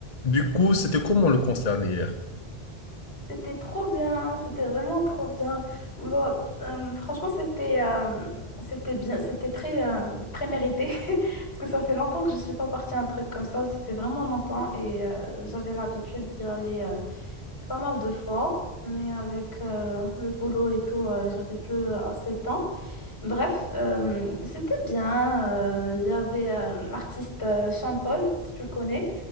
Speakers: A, on the left; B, on the left.
A: Du coup, c'était comment le concert d'hier?
B: C'était trop bien, c'était vraiment trop bien. Bon, euh, franchement, c'était euh, c'était bien, c'était très euh, très mérité <laughs> parce que ça fait longtemps que je suis pas partie à un truc comme ça, ça fait vraiment longtemps et euh, j'avais l'habitude d'y aller euh, pas mal de fois, mais avec euh, le boulot et tout, euh, j'avais plus assez de temps. Bref, euh, c'était bien. euh, Il y avait euh, l'artiste euh, Sean Paul, si tu connais.